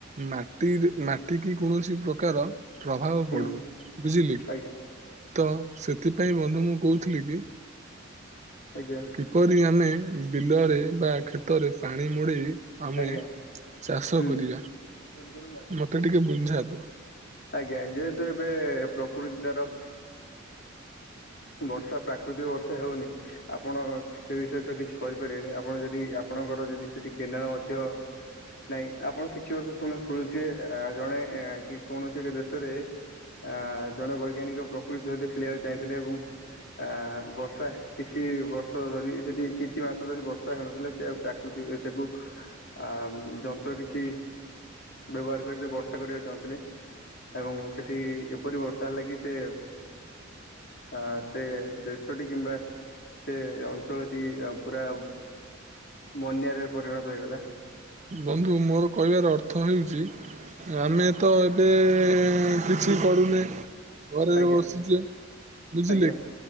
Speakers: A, on the right; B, on the left.
A: ମାଟିରେ ମାଟି କି କୌଣସି ପ୍ରକାର ପ୍ରଭାବ
B: ହୁଁ
A: ପଡୁ ବୁଝିଲି
B: ଆଜ୍ଞା
A: ତ ସେଥିପାଇଁ ବନ୍ଧୁ ମୁଁ କହୁଥିଲି କି
B: ଆଜ୍ଞା।
A: କରି ଆମେ ବିଲରେ ବା ଖେତରେ ପାଣି ମୋଡ଼େଇ ଆମେ
B: ଆଜ୍ଞା
A: ଚାଷ
B: ହୁଁ
A: କରିବା।
B: <unintelligible>
A: ମତେ ଟିକେ ବୁନ୍ଝା
B: ଆଜ୍ଞା ଯେହେତୁ ଏବେ ପ୍ରକୃତି ତାର ବର୍ଷା ପ୍ରାକୃତିକ ବର୍ଷା ହେଉନି, ଆପଣ ସେ ବିଷୟରେ ତ କିଛି କରିପାରିବେନି ଆପଣ ଯଦି ଆପଣଙ୍କର ଯଦି ସେଠି କେନାଲ ମଧ୍ୟ ନାଇଁ ଆପଣ କିଛି ବର୍ଷ ଶୁ ଶୁଣୁଥିବେ ଜଣେ କି କୌଣସି ଏକ ଦେଶରେ ଅ ଜଣେ ବୈଜ୍ଞାନିକ ପ୍ରକୃତି ସହିତ ଖେଳିବାକୁ ଚାହିଁଥିଲେ ଏବଂ ଆ ବର୍ଷା କିଛି ବର୍ଷ ଧରି ସେଠି କିଛି ମାସ ଧରି ବର୍ଷା ହେଉନଥିଲା ସେଉ ପ୍ରକୃତି ତାକୁ ଆ ଯନ୍ତ୍ର କିଛି <unintelligible> ବ୍ୟବହାର କରି ବର୍ଷା କରିବାକୁ ଚାହୁଁଥିଲେ। ଏବଂ ସେଠି ଏପରି ବର୍ଷା ହେଲା କି ସେ ଅ ସେ ଦେଶ ଟି କିମ୍ବା ସେ ଅଞ୍ଚଳଟି ପୁରା ବନ୍ୟାରେ ପରିଣତ ହେଇଗଲା।
A: ବନ୍ଧୁ ମୋର କହିବାର ଅର୍ଥ ହେଉଛି ଆମେ ତ ଏବେ କିଛି କରୁନି ଘରେ
B: ଆଜ୍ଞା
A: ବସଛେ। ବୁଝିଲେ
B: ଆଜ୍ଞା
A: କି